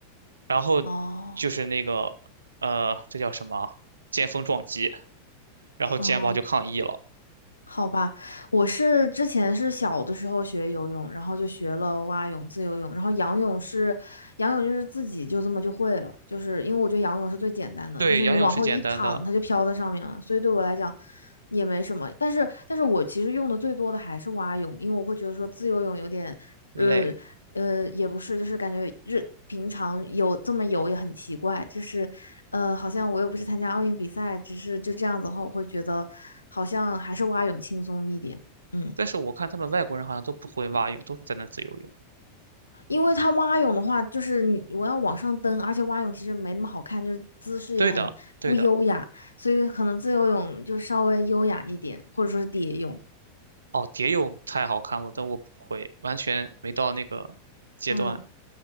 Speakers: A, on the right; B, on the left.
A: 然后
B: 哦
A: 就是那个呃，这叫什么？肩峰撞击，然后肩膀就抗议了。
B: 哦。好吧，我是之前是小的时候学游泳，然后就学了蛙泳、自由泳，然后仰泳是，仰泳就是自己就这么就会了，就是因为我觉得仰泳是最简单的，
A: 对，
B: 就是你往后一躺，
A: 仰泳是简单的，
B: 它就飘在上面了，所以对我来讲也没什么。但是，但是我其实用的最多的还是蛙泳，因为我会觉得说自由泳有点，
A: 累，
B: 呃，呃，也不是，就是感觉日平常有这么游也很奇怪，就是呃，好像我又不是参加奥运比赛，只是就这样子的话，我会觉得好像还是蛙泳轻松一点。嗯，
A: 但是我看他们外国人好像都不会蛙泳，都是在那自由泳。
B: 因为它蛙泳的话，就是你我要往上蹬，而且蛙泳其实没那么好看，就是姿势也很不优雅，
A: 对的，对的。
B: 所以可能自由泳就稍微优雅一点，或者说是蝶泳。
A: 哦，蝶泳太好看了，但我不会，完全没到那个阶段。
B: 嗯，